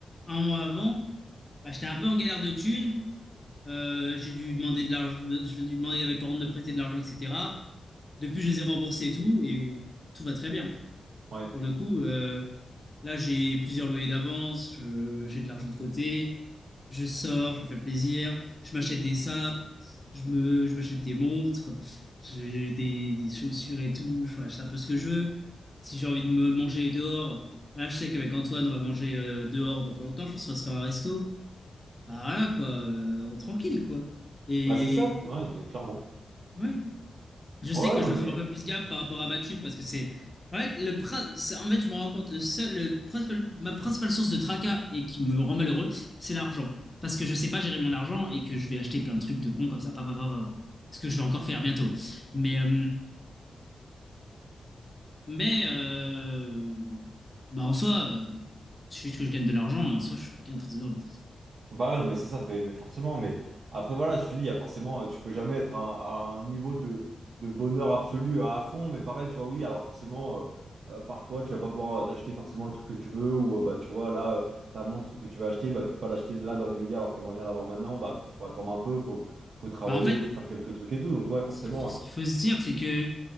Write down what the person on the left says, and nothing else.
un mois avant. Bah, j'étais un peu en galère de thunes. Euh, j'ai dû demander de l'argent, j'ai dû demander à mes parents de me prêter de l'argent, etc. Depuis, je les ai remboursés et tout, et tout va très bien.
Pour le coup, euh, là, j'ai plusieurs loyers d'avance, je- j'ai de l'argent de côté, je sors, je me fais plaisir, je m'achète des sapes, je me, je m'achète des montres, j'ai des, des chaussures et tout, enfin, je sais un peu ce que je veux. Si j'ai envie de me manger dehors, là, je sais qu'avec Antoine, on va manger euh, dehors dans pas longtemps, je pense qu'on va se faire un resto. Bah voilà, quoi, euh, on- tranquille, quoi. Et
ouais, je
sais que
je dois
faire un peu plus gaffe par rapport à ma thune parce que c'est. En fait, le prin- c'est- en fait, je me rends compte, le seul, le principal- ma principale source de tracas et qui me rend malheureux, c'est l'argent. Parce que je sais pas gérer mon argent et que je vais acheter plein de trucs de cons comme ça, pa, pa, pa, pa, pa. Ce que je vais encore faire bientôt. Mais, euh, mais euh, bah en soi, euh, il suffit que je gagne de l'argent et en soi, je suis quelqu'un de très heureux.
Bah en fait,
ce qu'il faut, ce qu'il faut se dire, c'est que